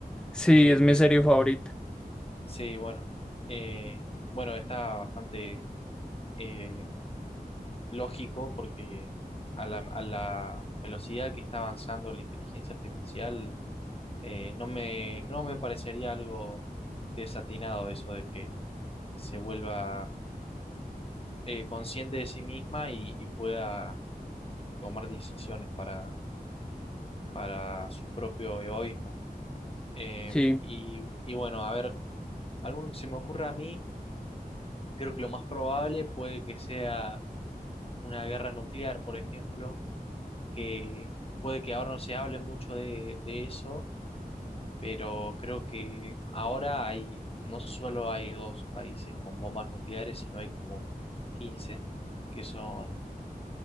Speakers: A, in the centre; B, on the left (about 40°).
A: sí,
B: el
A: es mi
B: de,
A: serie favorita.
B: sí, bueno, eh, bueno, está bastante eh, lógico porque a la, a la velocidad que está avanzando la inteligencia artificial, eh, no me, no me parecería algo desatinado eso de que se vuelva eh, consciente de sí misma y, y pueda tomar decisiones para, para su propio egoísmo. Eh,
A: Sí,
B: y, y bueno, a ver, algo que se me ocurra a mí, creo que lo más probable puede que sea una guerra nuclear, por ejemplo, que puede que ahora no se hable mucho de, de eso, pero creo que ahora hay, no solo hay dos países con bombas nucleares, sino hay como quince que son